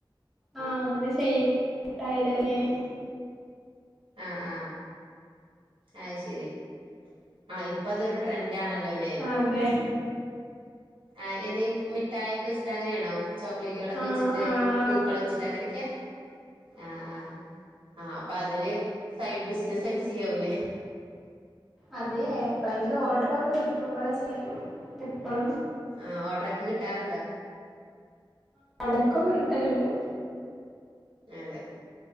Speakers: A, in the centre; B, on the right (about 80°).
A: ആഹ് അങ്ങനെ ചെയ്യ ട്ടയ്ടർ ലൈൻ
B: ആഹ് ആഹ് അഹ് ശെരി ആഹ് ഇപ്പ അതൊരു ട്രെന്റ് ആണല്ലോ ലെ
A: അതെ
B: ആഹ് എന്താ മിഠായിക്കെ വെച്ചിട്ട് അങ്ങനെണോ? ചോക്ലേറ്റുകളൊക്കെ
A: ആഹ്
B: വെച്ചിട്ട്
A: ആഹ്
B: പൂക്കള് വെച്ചിട്ട് അങ്ങനെക്കെയാ ആഹ് ആഹ് ആഹ് അപ്പ അതില് സൈഡ് ബിസിനസായിട്ട് ചെയ്യാവൂലേ?
A: അതെ എപ്പോളെങ്കിലും ഓഡറോക്കെ കിട്ടുമ്പളെ ചെയ്യാലെള്ളൂ എപ്പളും
B: ആഹ് ഓഡ്റോക്കെ കിട്ടാറുണ്ടോ?
A: എടക്കോക്കെ കിട്ടൽണ്ട്
B: അതെ